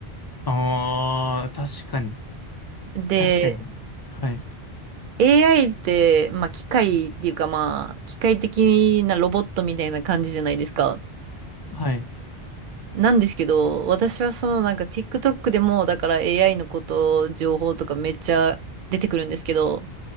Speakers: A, on the left; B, on the right.
A: ああ、確かに。
B: で、
A: 確かに。はい。
B: AI って、まあ機械っていうかまあ、機械的なロボットみたいな感じじゃないですか。
A: はい。
B: なんですけど、私はそのなんか TikTok でもだから AI のこと、情報とかめっちゃ出てくるんですけど、